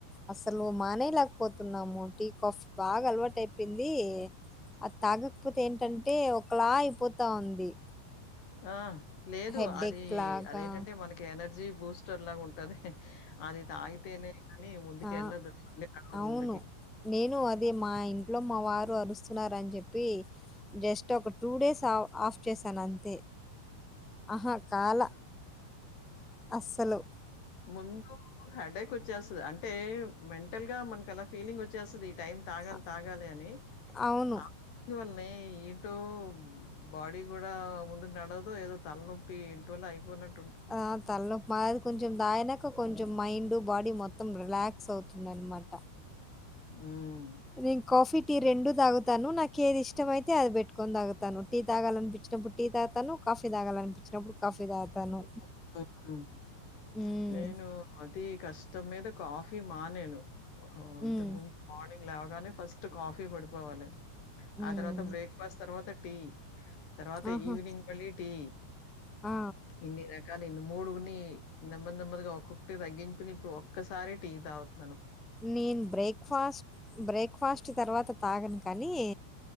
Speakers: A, in the centre; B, on the left (about 75°).
A: అస్సలు మానేలేకపోతున్నాము టీ కాఫ్ బాగా అలవాటు అయిపోయింది అది తాగకపోతే ఏంటంటే ఒకలా అయిపోతా ఉంది
B: ఆ లేదు
A: హెడ్డేక్
B: అది
A: లాగా.
B: అదేంటంటే మనకి ఎనర్జీ బూస్టర్ లాగా ఉంటాది అది తాగితేనే కానీ ముందుకి
A: ఆ!
B: వెళ్ళదు బండి కదలదు
A: అవును.
B: ముందుకి
A: నేను అదే మా ఇంట్లో మా వారు అరుస్తున్నారని చెప్పి జస్ట్ ఒక టూ డేస్ ఆఫ్ చేశాను అంతే ఆహా కాల అస్సలు
B: ముందు హెడ్డేక్ వచ్చేస్తది అంటే మెం టల్గా మనకి అలా ఫీలింగ్ వచ్చేస్తది టైం తాగాలి
A: అ
B: తాగాలి అని
A: అవును.
B: అ ఫీల్ వల్ ల్లే ఇటు బాడీ కూడా ముందుకు నడవదు ఏదో తలనొప్పి ఎంటోలా అయిపోయినట్టు
A: ఆ తలనొప్పి మాదిరి కొంచెం దాగిన ఇంక కొంచెం మైండ్ బాడీ మొత్తం రిలాక్స్ అవుతుందనమాట
B: హుమ్
A: మీ కాఫీ టీ రెండు తాగుతాను నాకు ఏది ఇష్టమ అయితే అది పెట్టుకొని తాగును టీ తాగాలనిపించినప్పుడు టీ తాగుతాను కాఫీ తాగాలనిపించినప్పుడు కాఫీ
B: <unintelligible>
A: తాగుతాను హ్మ్
B: నేను అతి కష్టం మీద కాఫీ మానేేను ఆ
A: హ్మ్
B: ఇంతకముందు మార్నింగ్ లేవగానే ఫస్ట్ కాఫీ పడిపోవాలి
A: హ్మ్
B: ఆ తర్వాత బ్రేక్ఫాస్ట్ తర్వాత టీ తర్వాత
A: ఆహా!
B: ఈవినింగ్ మళ్లీ టీ
A: ఆ!
B: ఇన్ని రకాల కానీ మూడుని నెమ్మది నెమ్మదిగా ఒక్కొక్కటి తగ్గించుని ఇప్పుడు ఒక్కసారె టీ తాగుతు
A: నేను బ్రేక్ఫాస్ట్ బ్రేక్ఫాస్ట్ తర్వాత తాగను కానీ నీ